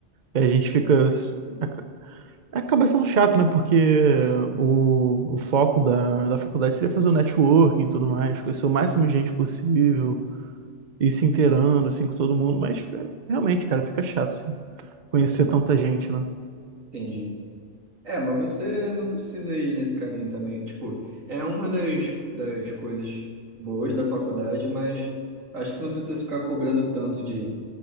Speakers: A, on the right; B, on the right.
A: a gente fica. aca- Acaba sendo chato, né? Porque o, o foco da, da faculdade seria fazer o networking e tudo mais, conhecer o máximo de gente possível. ir se inteirando, assim, com todo mundo, mas é, realmente, cara, fica chato, assim, conhecer tanta gente, né?
B: Entendi. É, mas você não precisa ir nesse caminho também. Tipo, é uma das, das coisas boas da faculdade, mas acho que você não precisa ficar cobrando tanto de,